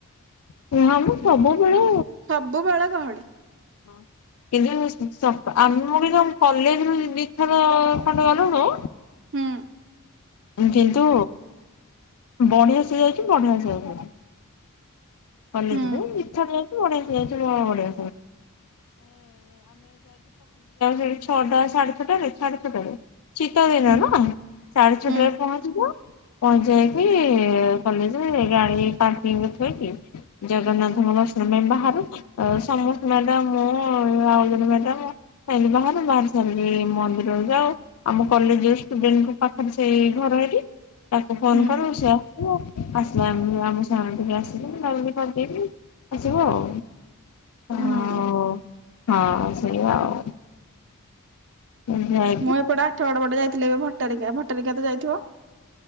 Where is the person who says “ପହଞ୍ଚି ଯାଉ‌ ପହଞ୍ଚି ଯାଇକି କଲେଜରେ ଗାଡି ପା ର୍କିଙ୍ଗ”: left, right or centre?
Left